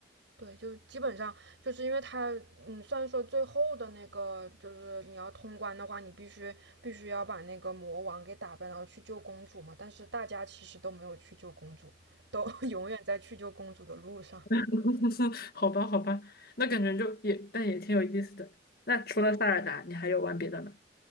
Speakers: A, on the right; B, on the left.
A: 对，就基本上就是因为它，嗯，虽然说最后的那个就是你要通关的话，你必须必须要把那个魔王给打败，然后去救公主嘛。但是大家其实都没有去救公主，都 <laughs> 永远在去救公主的路上。
B: <laughs> 好吧，好吧，那感觉就也但也挺有意思的。那除了塞尔达，你还有玩别的吗？